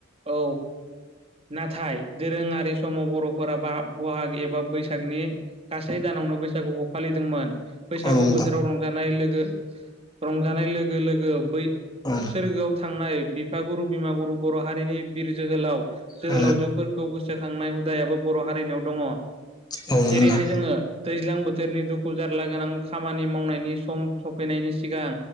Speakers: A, on the right; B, on the left.
A: औ नाथाय दोरोङारि समाव बर'फोरा बा बहाग एबा बैसागनि गासै दानावनो बैसागुखौ फालिदोंमोन बैसागु
B: नोंथां
A: बोथोराव रंजानाय लोगो ओ रंजानाय लोगो लोगो बै
B: औ
A: सोरगोआव थांनाय बिफागुरु बिमाागुरु बर' हारिनि बिर जोहोलाव जोहोलावजोफोरखौ
B: औ
A: गोसो सोखांनाय हुदायाबो बर' हारिनियाव दङ
B: औ नंगौ नोंथां औ
A: जेरैहाय
B: नोंथां
A: जोङो दैज्लां बोथोरनि दुखु जारला गोनां खामानि मावनायनि सम सफैनायनि सिगां